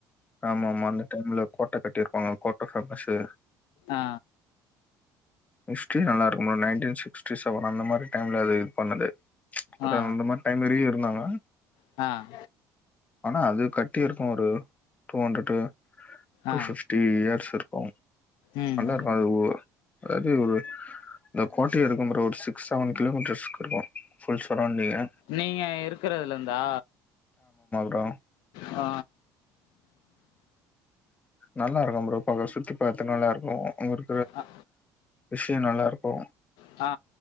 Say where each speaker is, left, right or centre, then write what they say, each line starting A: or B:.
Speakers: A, on the left (about 20°); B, on the left (about 80°).
A: ஆமா ஆமா அந்த டைம்ல கோட்ட கட்டியிருப்பாங்க கோட்ட ஃபேமஸு
B: ஆ
A: ஹிஸ்ட்ரி நல்லாக்கு ப்ரோ நைன்டீன் சிக்ஸ்டி செவன் அந்த மாரி டைம்ல அது இது பண்ணது அதா
B: ஆ
A: அந்த மாரி டைம் வரையு இருந்தாங்கா
B: அ
A: ஆனா அது கட்டி இருக்கு ஒரு டூ ஹண்ட்ரடு டூ
B: ஆ
A: ஃபிஃப்டி இயர்ஸ் இருக்கு
B: ம்
A: நல்லா இருக்கு அது ஓ அது ஒரு இந்த கோட்டயே இருக்கு ப்ரோ ஒரு சிக்ஸ் செவன் கிலோமீட்டர்ஸ்க்கு இருக்கு ஃபுல் சரௌண்டிங்கு
B: நீங்க இருக்குறதுல இருந்தா
A: அப்றோ
B: ஆ
A: நல்லா இருக்கு ப்ரோ பாக்க சுத்தி பாத்து நல்லா இருக்கு அங்குரு
B: அ
A: விஷ்யோ நல்லாருக்கு
B: அ